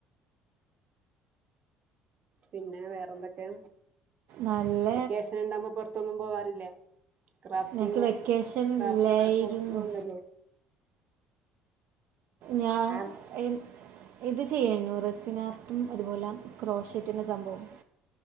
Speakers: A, on the right; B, on the right.
A: പിന്നെ വേറെ എന്തൊക്കെ
B: നല്ല
A: വെക്കേഷൻണ്ടാകുമ്പോ പുറത്തൊന്നും പോവാറില്ലേ ക്രാഫ്റ്റിങ്ങും
B: ഞങ്ങൾക്ക് വെക്കേഷൻ
A: ക്രാഫ്റ്റ്
B: ഇല്ലായിരുന്നു
A: വർക്കും ഒന്നില്ലേ
B: ഞാൻ
A: ഹാം
B: എ ഇത് ചെയ്യുന്നു റെസിനാർട്ടും അതുപോലെ ക്രോഷറ്റന്റെ സംഭവം